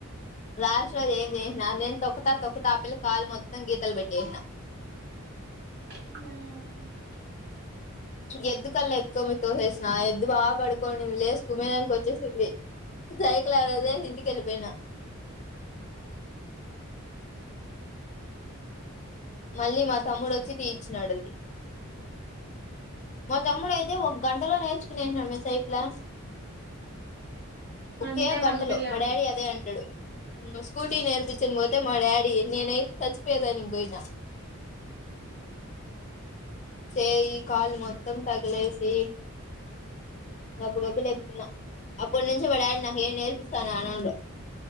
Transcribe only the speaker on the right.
మ్
అంతే
మగ పిల్లలు